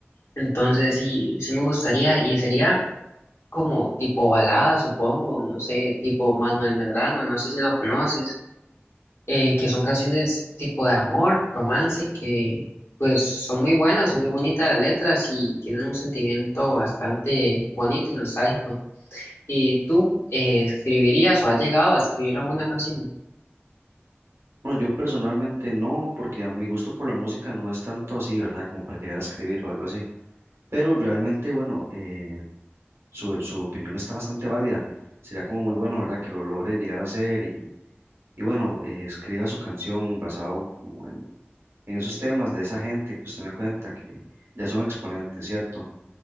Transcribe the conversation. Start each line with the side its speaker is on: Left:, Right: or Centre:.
Left: entonces sí, sí me gustaría y sería como tipo balada, supongo, no sé, tipo Manuel Medrano, no sé si lo conoces, eh, que son canciones tipo de amor, romance, que pues son muy buenas, son muy bonitas las letras y tienen un sentimiento bastante bonito y nostálgico. ¿Y tú eh, escribirías o has llegado a escribir alguna canción?
Right: Bueno, yo personalmente no, porque a mi gusto por la música no es tanto así, ¿verdad? Como para llegar a escribir o algo así. Pero realmente, bueno, eh, su, su opinión está bastante válida. Sería como muy bueno, ¿verdad? Que lo logre llegar a hacer y, y bueno, eh, escriba su canción basado como en, en esos temas de esa gente que usted me cuenta que ya son exponentes, ¿cierto?